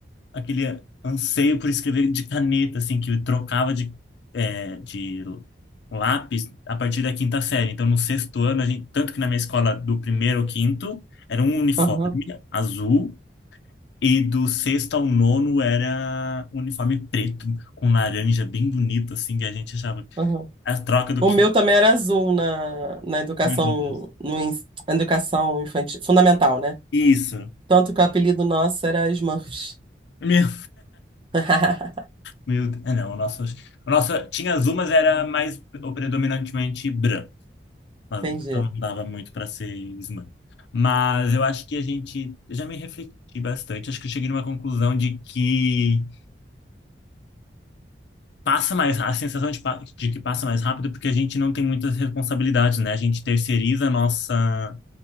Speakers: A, on the left; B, on the right.
A: aquele anseio por escrever de caneta, assim, que eu trocava de, é, de lápis a partir da quinta série. Então, no sexto ano, a gente, tanto que na minha escola, do primeiro ao quinto, era um uniforme
B: Aham,
A: azul, e do sexto ao nono era um uniforme preto, com laranja, bem bonito, assim, que a gente achava.
B: aham.
A: A troca do
B: O
A: quinto.
B: meu também era azul na, na educação,
A: Meu Deus.
B: no, ens- na educação infantil, fundamental, né?
A: Isso.
B: Tanto que o apelido nosso era Smurfs.
A: Meu,
B: <laughs>
A: meu Deus. Ah, não, o nosso, o nosso tinha azul, mas era mais predominantemente branco. mas
B: Entendi.
A: então não dava muito para ser slam. Mas eu acho que a gente, eu já me refleti bastante, acho que eu cheguei numa conclusão de que passa mais, a sensação de, pa- de que passa mais rápido porque a gente não tem muitas responsabilidades, né? A gente terceiriza a nossa,